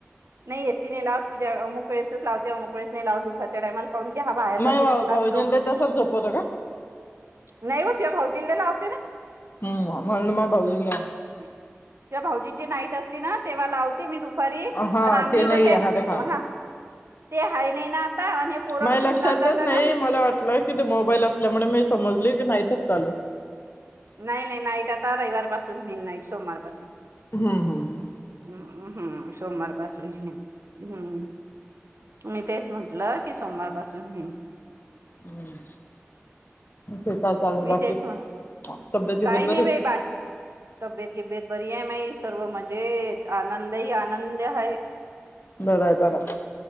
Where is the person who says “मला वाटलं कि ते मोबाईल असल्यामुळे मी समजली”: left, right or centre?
Left